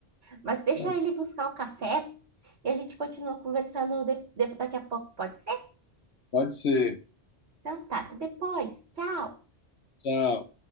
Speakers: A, on the right; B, on the left.
A: Mas deixa
B: né?
A: ele buscar o café e a gente continua conversando de- de- daqui a pouco, pode ser?
B: Pode ser.
A: Então tá, até depois. Tchau!
B: Tchau.